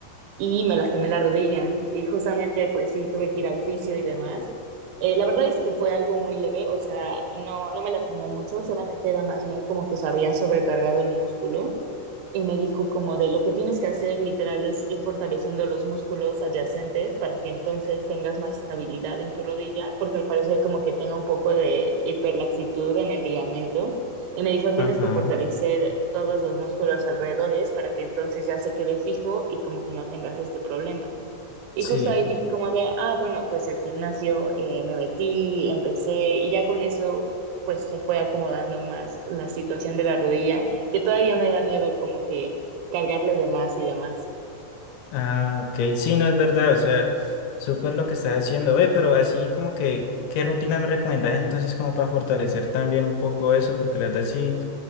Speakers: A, on the right; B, on the left.
A: y me lastimé la rodilla y justamente pues sí tuve que ir al fisio y demás. Eh, la verdad es que fue algo muy leve, o sea, no, no me lastimé mucho, solamente era más bien como que se había sobrecargado el músculo y me dijo como de lo que tienes que hacer literal es ir fortaleciendo los músculos adyacentes para que entonces tengas más estabilidad en tu rodilla, porque al parecer como que tenga un poco de hiperlaxitud en el ligamento. Y me dijo, tienes
B: ajá,
A: que fortalecer todos los músculos alrededores para que entonces ya se quede fijo y como que no tengas este problema. Y
B: sí.
A: justo ahí dije como de, ah, bueno, pues el gimnasio, eh, me metí, empecé y ya con eso pues se fue acomodando más la situación de la rodilla, que todavía me da miedo como que cargarle de más y demás.
B: Ah, ok, sí, no es verdad, o sea, súper lo que estás haciendo, ve, pero así como que, ¿qué rutina me recomiendas entonces como para fortalecer también un poco eso? Porque la verdad, sí,